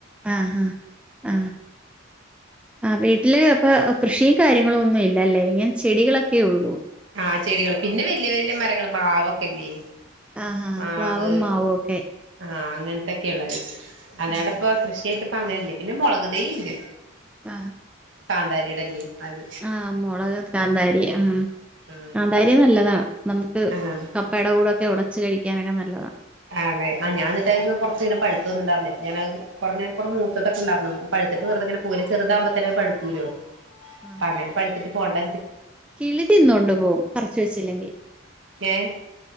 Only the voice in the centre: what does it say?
ആഹ ആ ആ വീട്ടില് ഇപ്പ കൃഷിയും കാര്യങ്ങളും ഒന്നും ഇല്ലല്ലേ ഇങ്ങനെ ചെടികളൊക്കെള്ളൂ.
ആഹാ
പ്ലാവം മാവേ ഒക്കെ
ആഹ്
ആ
ആഹ് മുളക് കാന്താരി ആഹ്
കാന്താരി നല്ലതാ നമുക്ക്
കപ്പേടെ കൂടൊ ഒക്കെ ഉടച്ച് കഴിക്കാനൊക്കെ നല്ലതാ
ആഹ്
കിളി തിന്നൊണ്ട് പോകും പറിച്ച് വെച്ചില്ലെങ്കിൽ